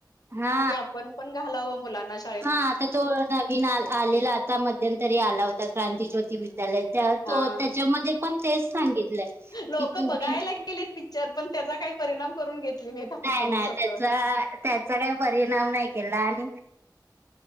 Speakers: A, on the right (about 35°); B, on the left (about 60°).
A: हा
B: की आपण पण घालावं मुलांना श
A: हा आता तो नवीन आ आलेला आता मध मध्यंतरी आला होता क्रांती ज्योती विद्यालय. त्या
B: हां.
A: तो त्याच्यामध्ये पण तेच सांगितलंय.
B: लोकं
A: की तुम्ही
B: बघायला गेलीत पिक्चर पण त्याचा काही परिणाम करून घेतली नाहीत आपल्यावर
A: नाही नाही
B: स्वतःवर.
A: त्याचा त्याचा काई परिणाम नाही केला आणि